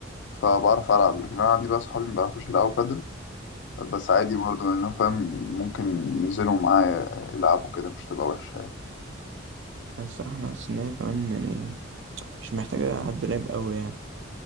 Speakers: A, on the left (about 60°); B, on the right (about 65°).
A: فبعرف ألعب لكن أنا عندي بقى أصحابي ما بيعرفوش يلعبوا بادل بس عادي برضه لأنه فاهم ممكن ينزلوا معايا يلعبوا كده مش تبقى وحشة يعني
B: بس الصراحة انا حاسس ان هي كمان يعني مش محتاجة حد لعب قوي يعني